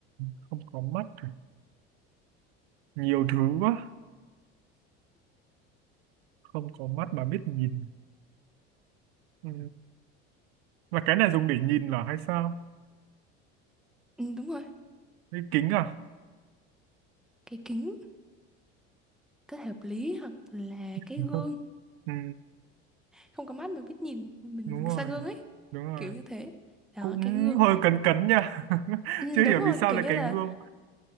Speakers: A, on the right; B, in the centre.
A: không có mắt à? nhiều thứ quá không có mắt mà biết nhìn ừ. là cái này dùng để nhìn là hay sao
B: Ừ, đúng rồi.
A: cái kính à
B: Cái kính có thể hợp lý hoặc là
A: <laughs>
B: cái gương
A: Ừ,
B: không có mắt mà biết nhìn mình
A: đúng
B: nhìn
A: rồi,
B: xa gương ấy
A: đúng rồi.
B: kiểu như thế đó
A: Cũng
B: cái gương
A: hơi cấn cấn nha. <laughs>
B: ừ,
A: Chưa hiểu
B: đúng rồi
A: vì sao
B: kiểu
A: lại
B: như
A: cái
B: là
A: gương.